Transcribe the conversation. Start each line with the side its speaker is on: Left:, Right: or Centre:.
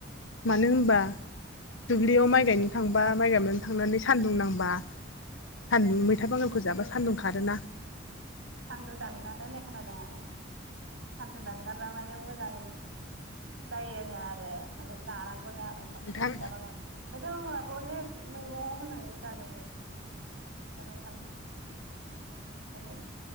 Left: मानो होनबा दुब्लियाव माइ गायनो थांबा माइ गायनानै थांनानै सान्दुं नांबा सान्दुं मैथा बांगानखौ जाबा सान्दुं खारोना
Right: सान्दुं दानगार होननाय खोनादों आरो सान्दुं दानगारा माने मोजां जायोनो आरो माने जानांगौनो आरो सम
Left: नोंथां
Right: सम बिथा बांगाल। मोथा बांगालबो अनेक मैगङाव होनानै जाजायो मैथा बांगाल माने